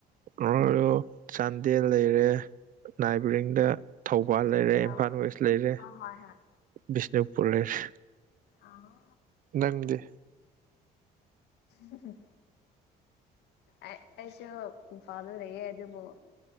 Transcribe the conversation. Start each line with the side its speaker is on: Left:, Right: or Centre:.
Right: ꯅꯣꯏꯣ ꯆꯥꯟꯗꯦꯜ ꯂꯩꯔꯦ ꯅꯥꯏꯕꯔꯤꯡꯗ ꯊꯧꯕꯥꯜ
Left: ꯆꯥꯟꯗꯦꯜ
Right: ꯂꯩꯔꯦ ꯏꯝꯐꯥꯜ ꯋꯦꯁ ꯂꯩꯔꯦ
Left: ꯑ ꯍꯣꯏ ꯍꯣꯏ
Right: ꯕꯤꯁꯅꯨꯄꯨꯔ ꯂꯩꯔꯦ
Left: ꯑꯥ
Right: ꯅꯪꯗꯤ
Left: ꯎꯝ ꯑꯩꯁꯨ ꯏ ꯐꯥꯗ ꯂꯩꯌꯦꯦ ꯍꯥꯏꯗꯤꯕꯨꯣ